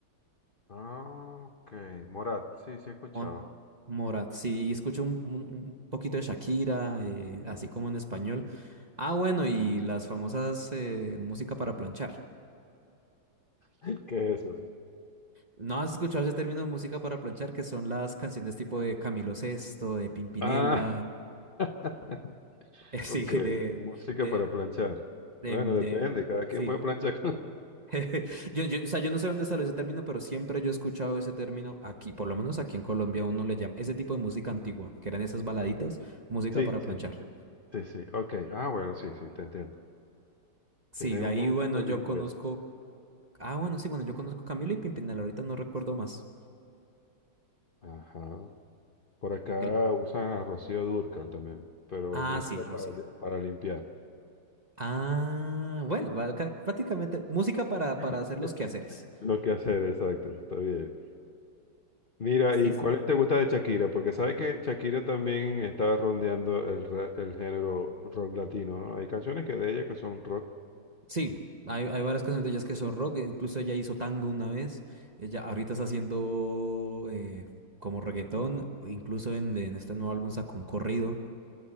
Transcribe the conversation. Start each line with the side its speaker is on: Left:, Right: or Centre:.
Left: Ah, ok. Morat, sí, sí he escuchado.
Right: Mo- Morat, sí, y escucho un, un- un poquito de Shakira, eh, así como en español. Ah, bueno, y las famosas eh, música para planchar.
Left: <laughs> ¿Qué es eso?
Right: ¿No has escuchado ese término música para planchar? Que son las canciones tipo de Camilo Sesto, de Pimpinela.
Left: Ah, <laughs>
Right: <laughs> Sí,
Left: ok.
Right: de,
Left: Música
Right: de,
Left: para planchar.
Right: de,
Left: Bueno, depende,
Right: de-
Left: cada quien
Right: sí.
Left: puede planchar <laughs> con...
Right: <laughs> Yo, yo, o sea, yo no sé dónde salió ese término, pero siempre yo he escuchado ese término aquí, por lo menos aquí en Colombia uno le llama ese tipo de música antigua, que eran esas baladitas, música
Left: Sí,
Right: para
Left: sí,
Right: planchar.
Left: sí, sí. Ok. Ah, bueno, sí, sí, te entiendo.
Right: Sí,
Left: Tienes
Right: de
Left: unos
Right: ahí, bueno,
Left: gustos
Right: yo
Left: diversos.
Right: conozco, ah, bueno, sí, bueno, yo conozco Camila y Pimpinela, ahorita no recuerdo más.
Left: Ajá. Por acá
Right: El-
Left: usan a Rocío Dúrcal también, pero
Right: Ah,
Left: es música
Right: sí, Rocío.
Left: para, li- para limpiar.
Right: Ah, bueno, va- ca- prácticamente música para,
Left: <laughs>
Right: para hacer los quehaceres.
Left: Lo que hacer, exacto, está bien. Mira,
Right: Sí,
Left: ¿y
Right: sí.
Left: cuáles te gusta de Shakira? Porque sabes que Shakira también está rondeando el, re- el género rock latino, ¿no? Hay canciones que de ella que son rock.
Right: Sí, hay, hay varias canciones de ellas que son rock, incluso ella hizo tango una vez, ella ahorita está haciendo eh, como reggaetón, incluso en, en este nuevo álbum sacó un corrido.